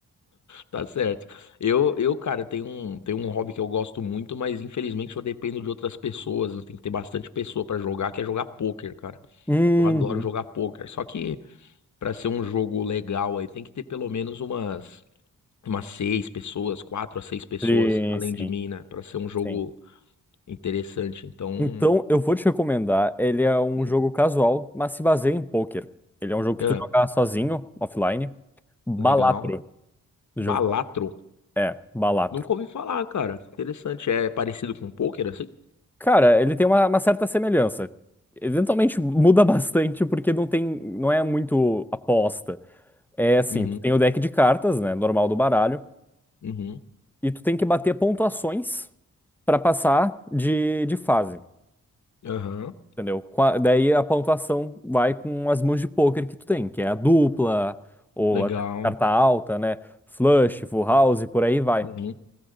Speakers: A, on the left; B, in the centre.
A: Tá certo. Eu, eu, cara, tenho um, tenho um hobby que eu gosto muito, mas infelizmente eu dependo de outras pessoas. Eu tenho que ter bastante pessoa pra jogar, que é jogar pôquer, cara.
B: Uhum.
A: Eu adoro jogar pôquer. Só que pra ser um jogo legal aí, tem que ter pelo menos umas. umas seis pessoas, quatro a seis pessoas,
B: Sim,
A: além
B: sim,
A: de mim, né? Pra ser um jogo
B: sim.
A: interessante. Então,
B: Então, eu vou te recomendar. Ele é um
A: hum,
B: jogo casual, mas se baseia em poker. Ele é um jogo que
A: é,
B: tu joga sozinho, offline. Balatro.
A: legal.
B: Já
A: Balatro.
B: ouviu- falar? É, Balatro.
A: Nunca ouvi falar, cara. Que Interessante. É parecido com pôquer, assim?
B: Cara, ele tem uma, uma certa semelhança. Eventualmente muda <laughs> bastante porque não tem, não é muito aposta. É assim,
A: Uhum,
B: tu tem o deck de cartas, né, normal do baralho,
A: uhum,
B: e tu tem que bater pontuações pra passar de, de fase,
A: aham.
B: entendeu? Com a- daí a pontuação vai com as mãos de pôquer que tu tem, que é a dupla ou
A: Legal.
B: a carta alta, né, flush, full house, e por aí vai.
A: Uhum.